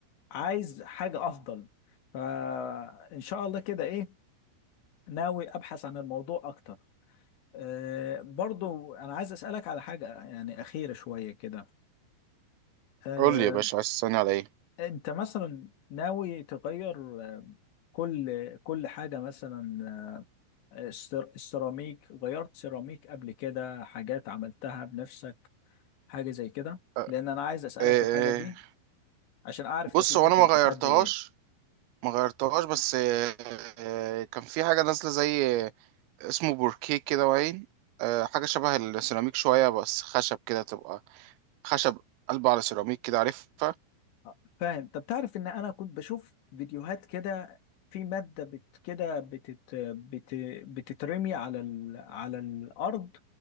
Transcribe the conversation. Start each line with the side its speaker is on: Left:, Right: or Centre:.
Left: عايز حاجة أفضل فإن شاء الله كده إيه ناوي أبحث عن الموضوع أكتر أه برضو أنا عايز أسألك على حاجة يعني أخيرة شوية كده أه
Right: قول لي يا باشا عايز تسألني على ايه
Left: أنت مثلا ناوي تغير آه، كل كل حاجة مثلا آه، السر- السيراميك غيرت سيراميك قبل كده حاجات عملتها بنفسك حاجة زي كده
Right: آه،
Left: لأن أنا عايز أسألك
Right: آه،
Left: في الحاجة دي
Right: آه،
Left: عشان أعرف
Right: بص
Left: تكلفتها
Right: هو انا ما غيرتهاش
Left: قد إيه
Right: ما غيرتهاش بس آه، آه، كان في حاجة نازلة زي آه، اسمه بوركيه كده وعين آه، حاجة شبه السيراميك شوية بس خشب كده تبقى خشب قلب على سيراميك كده عارفها
Left: آه، فاهم طب تعرف ان انا كنت بشوف فيديوهات كده في مادة بت كده بتت بت بتترمي على ال على الارض